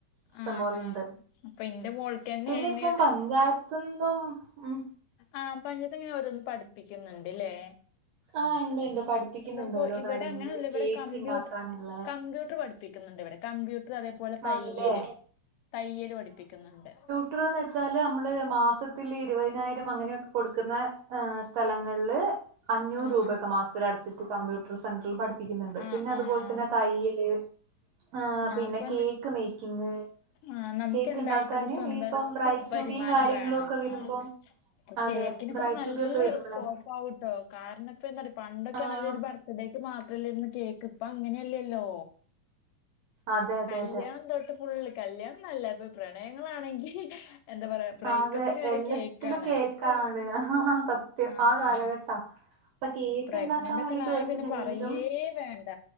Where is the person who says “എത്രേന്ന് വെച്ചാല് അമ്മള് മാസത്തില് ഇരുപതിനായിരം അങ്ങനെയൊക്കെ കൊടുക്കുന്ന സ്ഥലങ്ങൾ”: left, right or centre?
Right